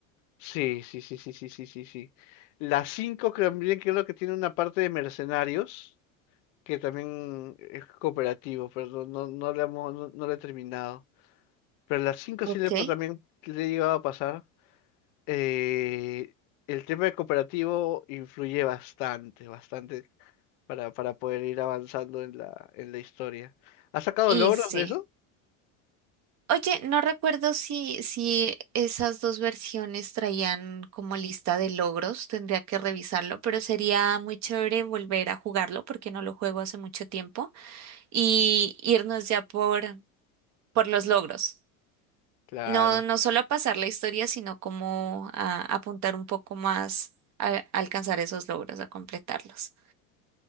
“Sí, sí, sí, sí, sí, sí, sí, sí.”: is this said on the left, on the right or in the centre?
Left